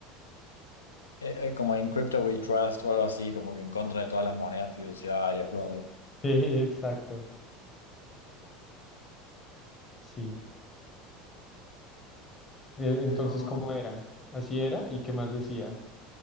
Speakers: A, on the left; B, on the left.
A: eh, eh, como en Crypto We Trust o algo así, como que en contra de todas las monedas fiduciarias, bla, bla.
B: <laughs> sí, exacto, sí. E-
A: Pero...
B: Entonces, ¿cómo era? Así era, ¿y qué más decía?